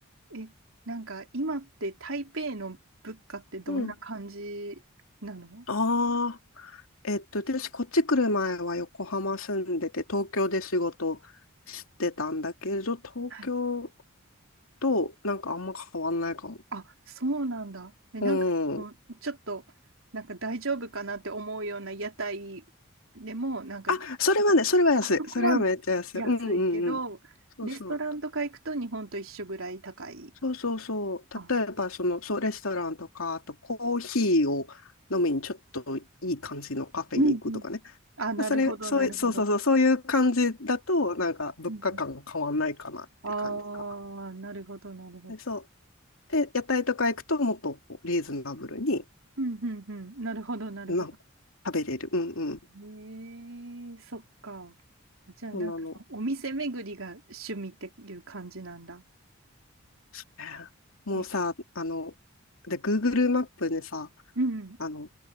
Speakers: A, on the right; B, on the left.
A: え、なんか今って台北の物価ってどんな感じなの
B: うん。あーえっと、私、こっち来る前は横浜住んでて、東京で仕事してたんだけど、東京
A: はい。
B: となんかあんま変わんないかも。
A: あ、そうなんだ。え、なんかその、
B: うん。
A: ちょっと、なんか大丈夫かなって思うような屋台でも、なんか、
B: あ、それはね、それは安い。
A: あそこはめ安いけど、
B: それはめっちゃ安い。うんうんうん。そうそう。
A: レストランとか行くと日本と一緒ぐらい高い。
B: そうそうそう。
A: あ、
B: 例えば、その、そう、レストランとか、あとコーヒーを飲みにちょっといい感じのカフェに行くとかね。
A: うんうん。あ、なるほど、
B: それ、そういう、
A: なるほど。
B: そうそうそう、そういう感じだと、なんか物価感変わんないかなって感じかな。
A: うんうん。ああ、なるほど、なるほど。
B: でそうで、屋台とか行くともっとこうリーズナブルに、
A: うんうんうん。なるほど、なるほど。
B: なんか食べれる。うんうん。
A: ええそっか。あじゃあ、
B: そんなの。
A: なんか、お店巡りが趣味っていう感じなんだ。
B: そうねもうさ、
A: ね。
B: あの、で、Google マップでさ、
A: うん。
B: あの、